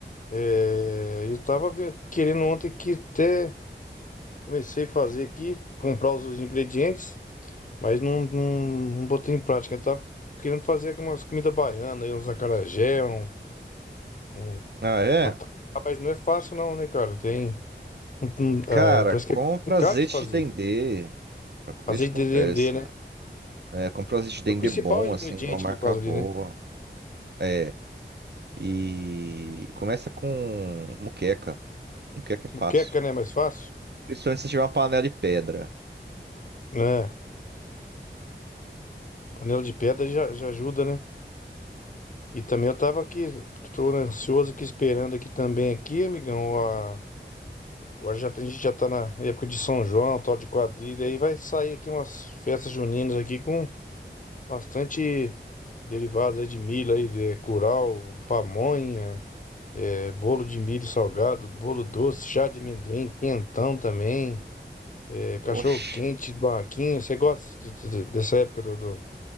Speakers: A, on the left (about 45°); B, on the right (about 65°).
A: é, eu tava ve- querendo ontem que até comecei a fazer aqui, comprar os ingredientes, Mas não, não, não botei em prática. Eu tava querendo fazer algumas comidas baianas, uns acarajé, um, um
B: Ah, é?
A: vatapá, mas não é fácil não, né, cara? Tem, um- um, ah,
B: Cara,
A: parece
B: compra
A: que é complicado
B: azeite
A: de fazer.
B: de dendê pra comer
A: Azeite
B: de conversa.
A: de dendê, né?
B: É, compra azeite de dendê
A: É o principal
B: bom,
A: ingrediente
B: assim, de uma marca
A: ali, quase
B: boa.
A: ali, né?
B: É. E começa com muqueca. Muqueca é
A: Moqueca,
B: fácil.
A: né? é Mais fácil.
B: Principalmente se tiver uma panela de pedra.
A: Né? Panela de pedra já, já ajuda, né? E também eu tava aqui, tô ansioso aqui, esperando aqui também, aqui, amigão, a... Agora já, tá- a gente já tá na época de São João, tal de quadrilha, aí vai sair aqui umas festas juninas aqui com Bastante derivados aí de milho, aí, é, curau, pamonha, é, bolo de milho salgado, bolo doce, chá de amendoim, quentão também, é, cachorro-quente,
B: Oxi,
A: barraquinha. Você gosta de- de- de- dessa época do, do,